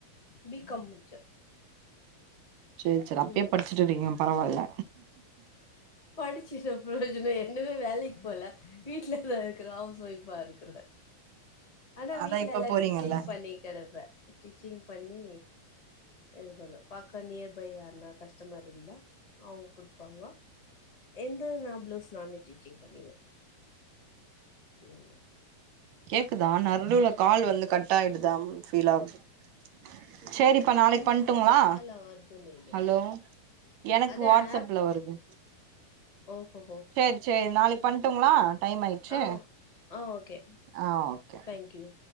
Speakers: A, on the left; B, on the right.
A: பி காம் முடிச்சே
B: சேரி சேரி அப்பயே
A: உம்
B: படிச்சுட்டு இருக்கீங்க பரவால்ல
A: படிச்சு ன்ன பிரயோஜனம் என்னமே வேலைக்கு போல வீட்ல ல இருக்குற ஹவுஸ் ஒய் பா இருக்கறே ஆனா
B: அதா
A: வீட்ல
B: இப்ப
A: எல்லா
B: போறீங்கல்ல
A: டீச்சிங் பண்ணி கிடப்பே டீச்சிங் பண்ணி இது பண்ண பக்க நியர்பை ன்னா கஸ்டமர் இருந்தா அவுங்க குடுப்பாங்க எந்த நா பிளவுஸ் நானே ஸ்டிச்சிங் பண்ணிருவே ம்
B: கேக்குதா நடுல கால் வந்து கட் ஆயிடுது <unintelligible> சரிப்பா
A: எங்க
B: நாளைக்கு பண்ட்டுங்களா
A: இதுல கால் வருதுன்னு நெனைக்கிறே
B: ஹலோ எனக்கு
A: அது
B: வாட்ஸ்ஸப்ல
A: ஆப்
B: வருது
A: ஓஹோஹோ
B: சேரி சேரி நாளைக்கு பண்ணட்டுங்களா டைம் ஆயிச்சு
A: ஆ ஆ ஓகே
B: ஆ ஓகே
A: தேங்க்யூ